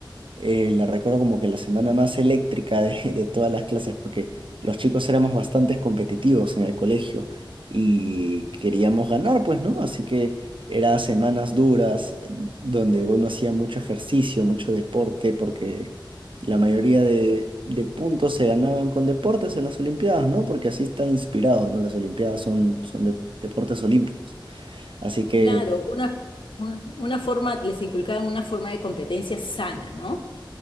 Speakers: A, on the right; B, on the left.
A: eh, la recuerdo como que la semana más eléctrica de, <laughs> de todas las clases, porque los chicos éramos bastante competitivos en el colegio y queríamos ganar, pues, ¿no? Así que eran semanas duras, eh, donde uno hacía mucho ejercicio, mucho deporte, porque la mayoría de, de puntos se ganaban con deportes en las Olimpiadas, ¿no? Porque así está inspirado, ¿no? Las Olimpiadas son, son de- deportes olímpicos. Así que...
B: Claro, una, un- una forma, les inculcaban una forma de competencia sana, ¿no?